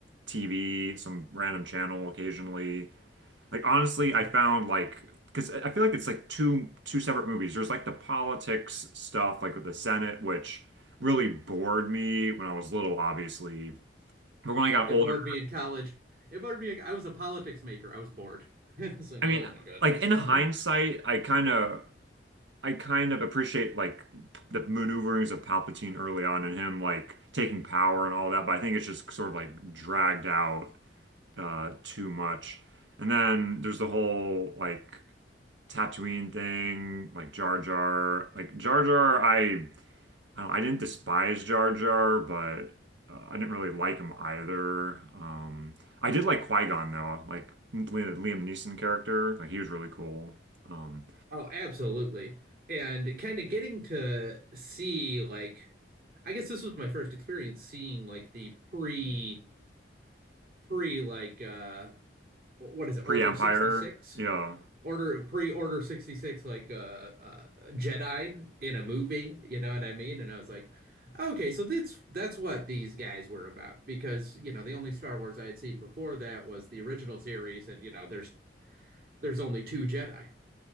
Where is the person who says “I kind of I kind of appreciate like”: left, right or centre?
Right